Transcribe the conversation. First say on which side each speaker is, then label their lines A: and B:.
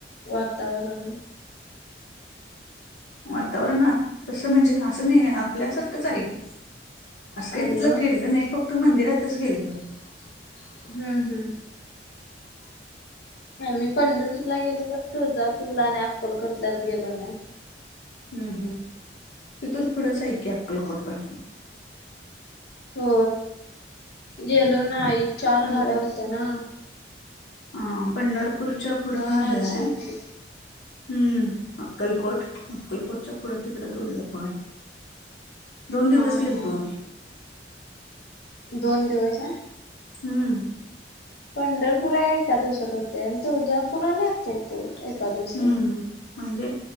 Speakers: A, on the left; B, on the left.
A: वातावरण
B: वातावरणात कसं म्हणजे, असं नाही आपल्यासारखंच आहे की. असं
A: आहे
B: काही तिथलं
A: व
B: फिरलं नाही, फक्त मंदिरातच गेलेलो.
A: हम्म हम्म. नाही मी, पंढरपूरला गेलो पण, तुळजापूरला आणि अक्कलकोट लाच गेलो नाही.
B: हम् हम, तिथून पुढच हाय अक्कलकोट पण
A: हो गेलो नाही, चार
B: पंढर
A: गाड्या त्यांना
B: हा, पंढरपूरच्या पुढं
A: माणसं
B: हे हाय,
A: होती.
B: हम्म. अक्कलकोट, अक्कलकोटच्या पुढं तिकडं तुळजापूर हाय. दोन
A: हा
B: दिवस गेलतो
A: हा
B: आम्ही.
A: दोन दिवस
B: हम्म.
A: पंढरपूर एका दिवसात होते, आणि तुळजापूर आणि अक्कलकोट एका दिवसात.
B: हम्म म्हणजे